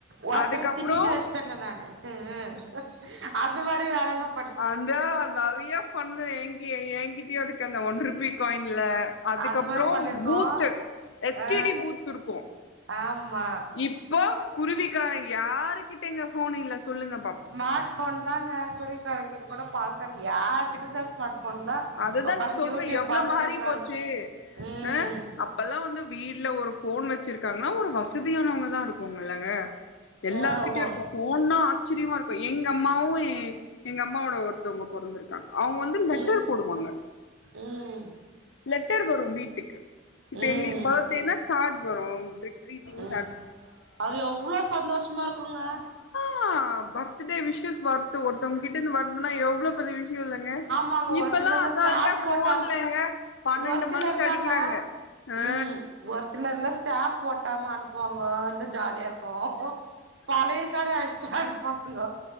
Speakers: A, on the right; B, on the left.
A: ஒருத்தர்
B: அதுக்கப்புறோ
A: திட்டிட்டு வெச் சங்க நானு ம் ம் அது மாரி வேலலாம்
B: அந்தோ நெறைய ஃபண்ணு ஏங்கி ஏங்கிட்டயும் இருக்கு அந்த ஒன் ருப்பி காயின்ல அதுக்கப்பறோ
A: அந்த மாரி பண்ணிருக்கோ
B: பூத்து எஸ்
A: ஆ
B: டி டீ பூத்து இருக்கும்
A: ஆமா
B: இப்போ குருவிக்கார யாருகிட்டங்க போன் இல்ல சொல்லுங்க பாப்போ
A: ஸ்மார்ட் ஃபோன்தாங்க குருவிக்காரங்கிட்ட கூட பால்கார யார்கிட்டதா ஸ்மார்ட் போன்ல
B: அதுதா
A: ஒக்காந்து
B: சொல்றே
A: யூட்யூப்
B: எவ்ளோ
A: பாத்துனு
B: மாறி
A: இருக்குறாங்க
B: போச்சு
A: ம்
B: ஆ அப்பல்லா வந்து வீடுல ஒரு போன் வச்சிருக்காங்கனா ஒரு வசதியானவங்கதா இருக்குலங்க எல்லாருக்கிட்டயு
A: ஆ ஆமா
B: இருக்கும் போன்னா ஆச்சிரியமா இருக்கும் எங்க அம்மாவும் ஏன் எங்க அம்மாவோட ஒருத்தவங்க பொறந்துருக்காங்க அவுங்க வந்து லெட்டர்
A: ம்
B: போடுவாங்க
A: ம்
B: லெட்டர் வரும் வீட்டுக்கு இப்ப
A: ம்
B: எங்ளுக்கு பர்த்டேனா கார்டு வரும் ப் க்ரீட்டிங்
A: ம்
B: கார்டு
A: அது எவ்ளோ சந்தோஷமா இருக்குங்க
B: ஆமா பர்த்டே விஷ்ஷஷ் வரது ஒருத்தவங்க கிட்ட வருதுன்னா எவ்ளோ பெரிய விஷயம் இல்லங்க
A: மாங்க ஒரு
B: இப்பல்லா
A: சிலர்
B: அசால்ட்டா
A: ஸ்டாம்ப்
B: போன்லங்க
A: ஓட்டாம
B: பன்னெண்டு
A: ஒரு சிலர்லாங்க
B: மணிக்கு அடிக்கிறாங்க ஆ
A: ம் ஒரு சிலர்லா ஸ்டாம்ப் ஓட்டாம அனுப்புவாங்க இன்னும் ஜாலியா இருக்கும் பழையக்கார ஆஷ்டா இருப்பாங்க